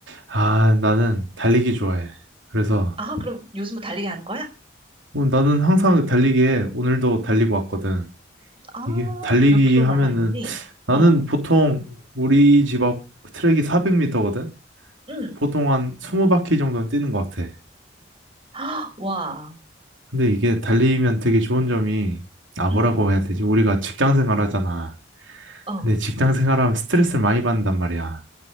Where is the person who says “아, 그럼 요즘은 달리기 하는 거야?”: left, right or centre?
Right